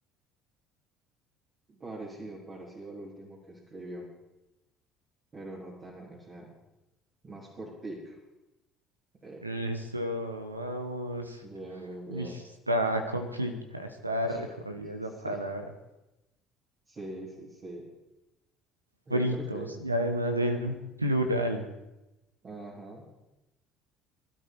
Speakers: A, on the right (about 35°); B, on the right (about 80°).
A: Parecido, parecido al último que escribió, pero no tan, o sea, más cortico. Epa,
B: Eso, vamos.
A: bien, bien, bien.
B: Uy, está complicada, está
A: <laughs>
B: re jodida esa
A: Sí,
B: palabra.
A: sí, sí, sí. Sí,
B: Fritos,
A: porque,
B: y además en plural.
A: ajá,